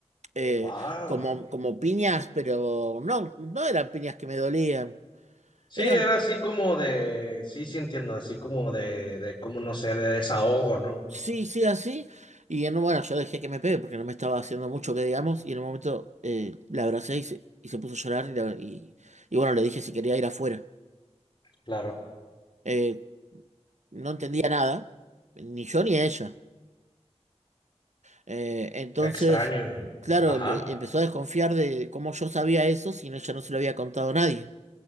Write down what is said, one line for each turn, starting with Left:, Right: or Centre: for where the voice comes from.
Right: eh,
Left: Wow.
Right: como, como piñas, pero no, no eran piñas que me dolían.
Left: Sí,
Right: Eran,
Left: era así como de, sí, sí entiendo, así como de, de como no sé, de desahogo, ¿no?
Right: sí, sí, así. Y en, un- bueno, yo dejé que me pegue porque no me estaba haciendo mucho que digamos. Y en un momento eh, la abracé y se, y se puso a llorar. Y, la- y- y bueno, le dije si quería ir afuera.
Left: Claro,
Right: Eh, no entendía nada, ni yo ni ella. Eh, entonces,
Left: qué extraño, ¿no?
Right: claro,
Left: Ajá,
Right: empe- empezó a desconfiar de cómo yo sabía eso si no- ella no se lo había contado a nadie,